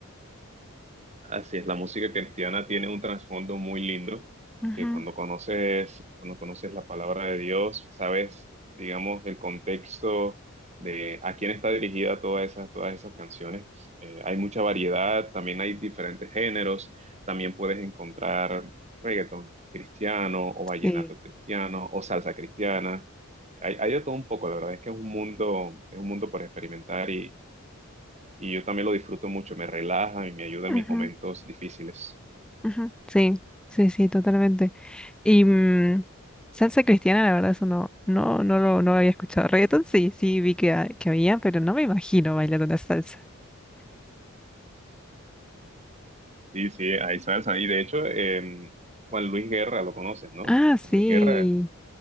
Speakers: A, on the right; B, in the centre.
A: Así es, la música cristiana tiene un trasfondo muy lindo,
B: Ujú,
A: que cuando conoces, cuando conoces la palabra de Dios, sabes, digamos, el contexto de a quién está dirigida todas esas, todas esas canciones. Eh, hay mucha variedad, también hay diferentes géneros, también puedes encontrar reggaetón cristiano o vallenato
B: Sí.
A: cristiano o salsa cristiana. Hay, hay de todo un poco, la verdad es que es un mundo, es un mundo por experimentar y yo también lo disfruto mucho, me relaja y me ayuda en
B: ujú,
A: mis momentos difíciles.
B: ujú. Sí, sí, sí, totalmente. Y mm, salsa cristiana, la verdad, eso no, no, no lo, no lo había escuchado. Reggaetón sí, sí vi que, ha- que había, pero no me imagino bailando una salsa.
A: Sí, sí, ahí salsa. Y de hecho, em, Juan Luis Guerra lo conoces, ¿no?
B: Ah, sí.
A: Juan Luis Guerra,